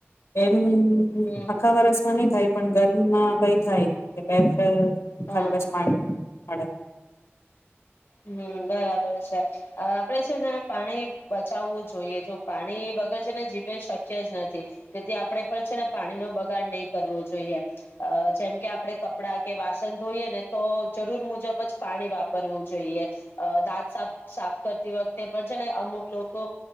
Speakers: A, on the left; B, on the left.
A: એમ <unintelligible>
B: હમ
A: આખા વરસ માં નહી થાય પણ ગર ના ભઇ થાય કે બે પર
B: હા.
A: ખરી બસ પાણી મળડે
B: હમ બરાબર છે આપણેે છે ને પાણી બચાવવું જોઈએ જો પાણી વગર છે ને જીવન શક્ય જ નથી તેથી આપણેે પણ છે ને પાણી નો બગાડ નહીં કરવો જોઈએ જેમ કે આપડણે કપડા કે વાસન ધોઈએ ને તો જરૂર મુજબ જ પાણી વાપરવું જોઈએ દાંત સા સાફ કરતી વખતે પણ છે ને અમુક લોકો